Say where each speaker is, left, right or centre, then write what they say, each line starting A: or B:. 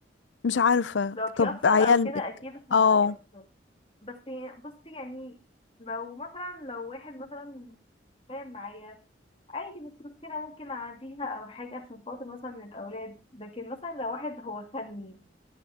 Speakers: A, on the left; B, on the left.
A: مش عارفة
B: لو في
A: طب
B: أطفال
A: عيالك
B: أو كده أكيد هيأثر
A: اه
B: بس بصي يعني لو مثلا لو واحد مثلا فاهم معايا عادي مش مشكلة ممكن أعديها أو حاجة عشان خاطر مثلا من الأولاد لكن مثلا لو واحد هو خدني